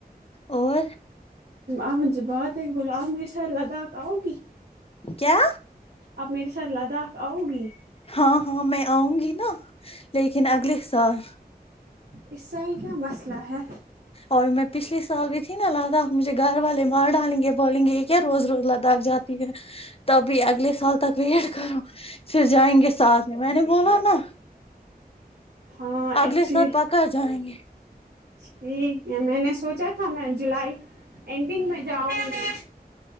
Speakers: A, on the left; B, on the right.
A: اور
B: آپ مجھے بات ہے بولا آپ میرے ساتھ لاداک آؤ گی
A: کیا
B: آپ میرے ساتھ لاداک آؤ گی
A: ہاں ہاں میں آؤنگی نا لیکن اگلے سال
B: اس سال کیا مسئلہ ہے
A: اور میں پچلھے سال بھی تھی نا لادک مجھے گھر والے مار ڈالیں گے بولیں گے یہ کیا روز روز لادک جاتے ٹھیک ہے تبھی اگلے سال تک ویٹ کرو پھر جائیں گے ساتھ جی میں نے بولا نا
B: ہاں ایکچولی
A: اگلے ساتھ پکا جائیں گے
B: ٹھیک ہے میں نے سوچا تھا میں جولائی اینڈنگ میں جاؤنگی